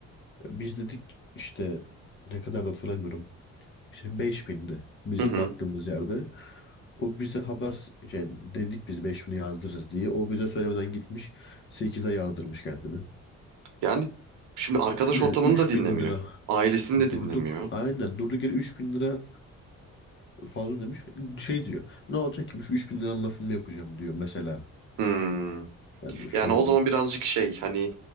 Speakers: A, on the left; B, on the right.
A: Biz dedik işte ne kadar da hatırlamıyorum. İşte beş bindi biz
B: Hı hı.
A: baktığımız yerde. O bize haber yani dedik biz beş bini yazdırırız diye. O bize söylemeden gitmiş sekize yazdırmış kendini.
B: Yani şimdi arkadaş
A: Yani
B: ortamını
A: 3000
B: da dinlemiyor.
A: lira
B: Ailesini de
A: durduk.
B: dinlemiyor.
A: Aynen durduk yere 3000 lira fazla demiş. Şey diyor. Ne olacak ki bu şu 3000 liranın lafını mı yapacağım diyor mesela.
B: Hmm.
A: Yani şu
B: Yani
A: an
B: o zaman birazcık şey hani